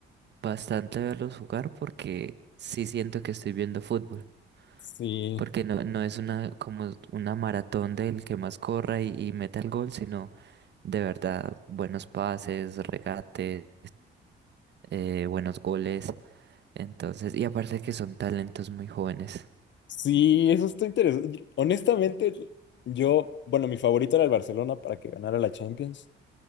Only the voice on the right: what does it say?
bastante verlos jugar porque sí siento que estoy viendo fútbol.
Porque no, no es una como una maratón del que más corra y, y meta el gol, sino de verdad buenos pases, regates, eh, buenos goles. Entonces, y aparte que son talentos muy jóvenes.